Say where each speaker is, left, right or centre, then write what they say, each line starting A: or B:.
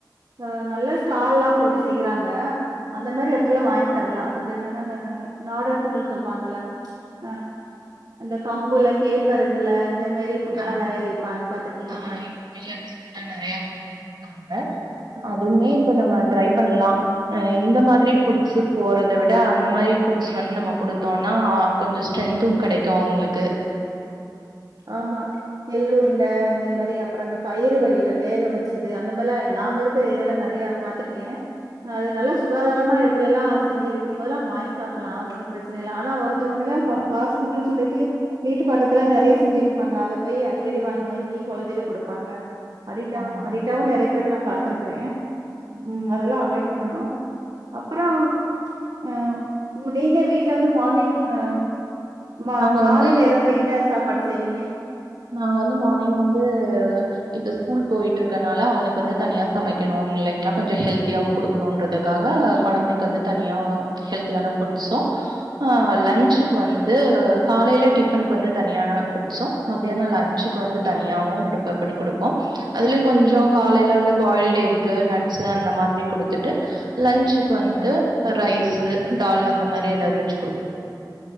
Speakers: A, on the right; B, on the right.
A: ஆ நல்ல ஸ்டால்லா போட்டு செய்யறாங்க அந்த மாரி எட்த்தல வாங் தரலா அது என்னன்னா அ நாடர்ஃபுட்டுன் சொல்வாங்கல அ அந்த கம்புல கேழ்வரகுல இந்த மாரி ஃபுட்டெல்லா
B: ஆ
A: நெறைய விப்பாங்க பாத்துரு
B: ஆ இப்ப மில்லட்‌ எல்லா நெறைய கொண்டு வந்துருக்காங்க
A: அ
B: அதுமே இப்ப நம்ம ட்ரை பண்லா அ இந்த மாரி ஃபுட்ஸுக் போறத விட அந்த மாரி ஃபுட்ஸ் வந்து நம்ம குடுத்தோன்னா கொஞ்சொ ஸ்ட்ரென்து கெடைக்கூ அவுங்ளுக்கு
A: ஆமா எள்ளுஉருண்ட இந்த மாரி அப்ற இந்த பயிறு வகைல வேக வச்சது அந்த மார்லா நாங்க இருக்க ஏயால நெறைய பாத்துருக்கே அது நல்லா சுகாதாரமா எடத்துலெல்லா செஞ்சு விக்கும் போதுலா வாங்கி சாப்புல்லா ஒனு ப்ரச்சன இல்ல ஆனா ஒருத்தர் வந்துல ப ஃபாஸ்ஃபுட்டு சொல்லிட்டு வீட்டு பக்கத் துல நெறைய செஞ்சுட்ருப்பாங்க அத போய் அடிகடி வாங் வாங்கி கொழந்தைல குடுப்பாங்க அடிட்டா
B: ஆமா
A: அடிட்டாவு நெறைய பேருக்கு நா பாத்துருக்குறே
B: ம்
A: உம் அதெல்லா அவாய் பண்ணணு அப்ரோ ஆ ஒ நீங்க வீட்ல வந்து மார்னிங் ஆ ம
B: நாங்க
A: காலை
B: வந்து
A: நேரத்துல என்ன படு செய்வீங்க
B: நாங்க வந்து மார்னிங் வந்து இப்ப ஸ்கூல் போயிட்ருக்கனால அவனுக்கு வந்து தனியா சமைக்கணு இல்லைங்ளா கொஞ்சொ ஹெல்தியாவு குடுக்கணுன்றதுக்காக கொழந்தைக்கு வந்து தனியா ஹெல்தியான ஃபுட்ஸு ஆ லன்ச்சுக்கு வந்து காலைல டிஃபன்க்கு வந்து தனியான ஃபுட்ஸு மத்யானொ லஞ்சுக்கு வந்து தனியாவு ப்ரிப்பேர் பண்ணி குடுப்போ அதுலே கொஞ்சொ காலைல வந்து பாயில்டு எக்கு நட்ஸு அந்த மாதிரி குடுத்துட்டு லஞ்சுக்கு வந்து ரைஸு தால் அந்த மாரி எதாது வச்சு குடுப்போ